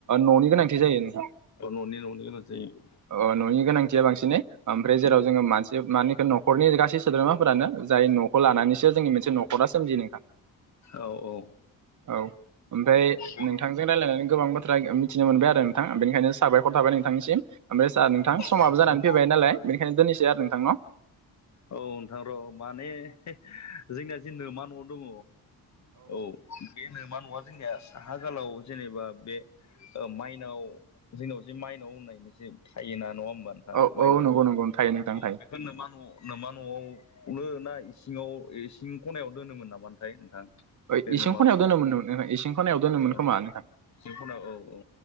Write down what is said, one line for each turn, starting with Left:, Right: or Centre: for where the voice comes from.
Right: न'नि गोनांथि जायो।
Left: औ न'नि न'नि गोनां जायो
Right: अ न'नि गोनांथिया बांसिनै ओमफ्राय जेराव
Left: औ
Right: जोङो मानसि मानि। न'खरनि गासै सोद्रोमाफोरानो जाय न'खौ लानानैसो जोंनि मोनसे न'खरा सोमजियो नोंथां।
Left: औ औ।
Right: औ ओमफ्राय
Left: बर'
Right: नोंथांजों रायलायनानै गोबां बाथ्रा। मिथिनो मोनबाय आरो नोंथां बेनिखायनो साबायखर थाबाय नोंथांनिसिम। ओमफ्राय सार नोंथां समाबो
Left: औ
Right: जानानै फैबाय
Left: जेनेबा
Right: नालाय बेनिखायनो दोननिसै आरो नोंथां न'।
Left: औ नोंथां र' माने जोंनिया जि नोमा न' दङ। औ बे नोमा न'वा। जोंनिया साहा गालाव जेनेबा बे माइनाव जोंनाव जे माइनाव होननाय मोनसे। थायोना नङा होमबा नोंथां
Right: औ
Left: माइनाव
Right: औ नंगौ नंगौ थायो नोंथां
Left: औ
Right: थायो
Left: बेखौ नोमा। नामा न'आवनो ना इङाव इसिं खनायाव दोनोमोन नामाथाय नोंथां
Right: ओइ
Left: बे
Right: इसिं
Left: नोमा
Right: खनायाव
Left: न'
Right: दोनोमोन नोंथां इसिं खनायाव दोनोमोन
Left: औ
Right: खोमा नोंथां
Left: औ औ